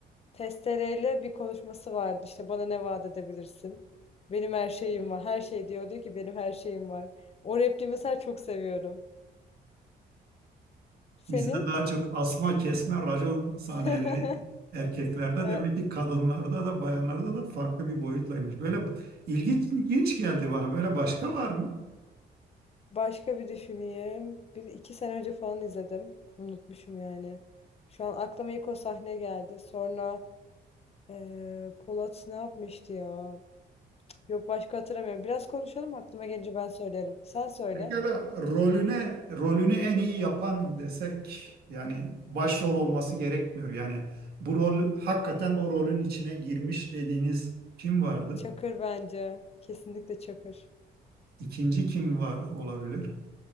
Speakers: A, on the left; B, on the right.
A: Testereyle bir konuşması vardı. İşte bana ne vaat edebilirsin? Benim her şeyim var. Her şey diyor. Diyor ki benim her şeyim var. O repliği mesela çok seviyorum. Senin?
B: Bizde daha çok asma kesme racon sahneleri
A: <laughs>
B: erkeklerde
A: Evet,
B: demek ki kadınlarda da bayanlarda da farklı bir boyutlaymış. Böyle ilginç, ilginç geldi bana. Böyle başka var mı?
A: başka bir düşüneyim. Bir iki sene önce falan izledim. Unutmuşum yani. Şu an aklıma ilk o sahne geldi. Sonra eee, Polat ne yapmıştı ya? Yok başka hatırlamıyorum. Biraz konuşalım aklıma gelince ben söylerim. Sen söyle.
B: Pekala rolüne rolünü en iyi yapan desek yani başrol olması gerekmiyor. Yani bu rol hakikaten o rolün içine girmiş dediğiniz kim vardı?
A: Çakır bence. Kesinlikle Çakır.
B: İkinci kim var olabilir?